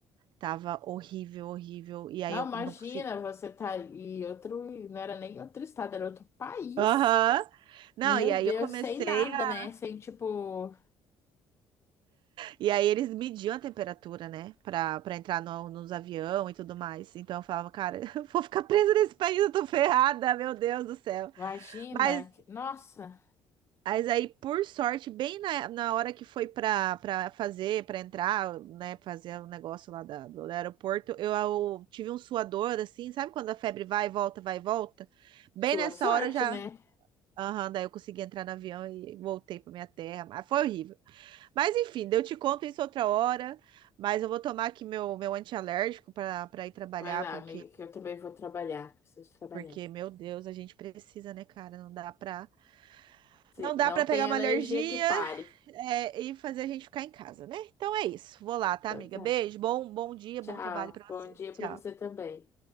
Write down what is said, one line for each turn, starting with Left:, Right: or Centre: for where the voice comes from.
Right: Tava horrível, horrível. E aí
Left: Não,
Right: eu
Left: imagina,
Right: não consegui.
Left: você tá em outro, não era nem outro estado, era outro país.
Right: Aham. Não,
Left: Meu
Right: e aí
Left: Deus,
Right: eu comecei
Left: sem nada,
Right: a.
Left: né? Sem tipo,
Right: E aí eles mediam a temperatura, né? Pra, pra entrar no, nos avião e tudo mais. Então eu falava, cara, <laughs> eu vou ficar presa nesse país, eu tô ferrada, meu Deus do céu.
Left: imagina,
Right: Mas,
Left: que- nossa,
Right: mas aí, por sorte, bem na, na hora que foi pra, pra fazer, pra entrar, né? Fazer o negócio lá da- do aeroporto, eu, eu tive um suador, assim, sabe quando a febre vai e volta, vai e volta? Bem
Left: sua
Right: nessa
Left: sorte,
Right: hora eu já.
Left: né?
Right: Aham, daí eu consegui entrar no avião e voltei para minha terra. Mas foi horrível. Mas enfim, daí eu te conto isso outra hora. Mas eu vou tomar aqui meu, meu antialérgico para para ir trabalhar,
Left: Vai lá,
Right: porque,
Left: amiga, que eu também vou trabalhar, preciso trabalhar.
Right: porque, meu Deus, a gente precisa, né, cara? Não dá pra,
Left: Sim,
Right: não dá
Left: não
Right: pra pegar
Left: tem
Right: uma
Left: alergia
Right: alergia,
Left: que pare.
Right: é, e fazer a gente ficar em casa, né? Então é isso. Vou lá, tá,
Left: Então
Right: amiga?
Left: tá.
Right: Beijo, bom, bom dia,
Left: Tchau.
Right: bom trabalho para
Left: Bom
Right: você.
Left: dia
Right: Tchau.
Left: pra você também.